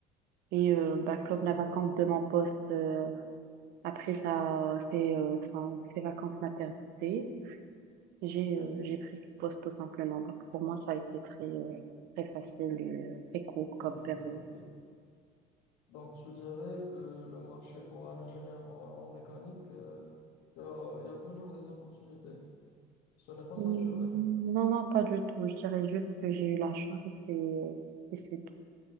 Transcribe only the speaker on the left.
Ah,
d'accord,
ok.
Très fluide,
ok. Donc, je dirais que le marché pour un ingénieur en, en mécanique, euh, il y a, il y a toujours des opportunités. Ce n'est pas
saturé.